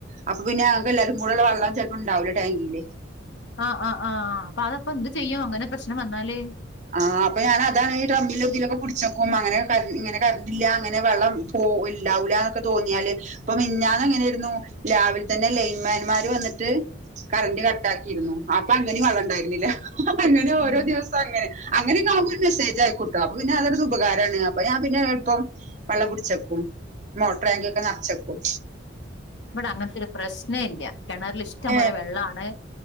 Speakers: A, on the right; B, on the left.
A: അപ്പൊ പിന്നെ ഞങ്ങക്ക് എല്ലാവരും കൂടെ ഉള്ള വെള്ളം ചിലപ്പോൾ ഉണ്ടാവില്ല ടാങ്കേ
B: ആഹ് ആഹ് ആഹ് ആ അപ്പൊ അതപ്പോ എന്ത് ചെയ്യും അങ്ങനെ പ്രശ്നം വന്നാല്
A: ആഹ് അപ്പൊ ഞാനതാണ് ഈ റമ്മിലും തിലൊക്കെ പുട്ച്ചക്കും. അങ്ങനെ കർ ഇങ്ങനെ കറണ്ടില്ല അങ്ങനെ വെള്ളം പോ ഇല്ലാവുല എന്നൊക്കെ തോന്നിയാല് ഇപ്പൊ മിഞ്ഞാന്ന്
B: ഉം
A: എങ്ങനൊയിരുന്നു ലാവ്ലെ തന്നെ ലൈൻമാൻമാർ വന്നിട്ട് കറന്റ് കട്ടാക്കിയിരുന്നു. അപ്പൊ അങ്ങനെ വള്ളം ഉണ്ടായിരുന്നില്ല അങ്ങനെ
B: ഉം
A: ഓരോ ദിവസം അങ്ങനെ അങ്ങനെക്ക ആവുമ്പൊ ഒരു മെസേജ് അയക്കൂട്ടൊ അപ്പ പിന്നെ അതൊരു ഉപകാരമാണ് അപ്പൊ ഞാൻ പിന്നെ ഇപ്പം വെള്ളം പിട് ച്ചക്കും. മോട്ടറ് ടാങ്കി
B: ഉം.
A: ഒക്കെ നർച്ചക്കും.
B: ഇവിടെ അങ്ങൻത്തെ ഒരു പ്രശ്നം ഇല്ല കിണറിൽ ഇഷ്ടം പോലെ
A: ഏഹ്
B: വെള്ളാണ്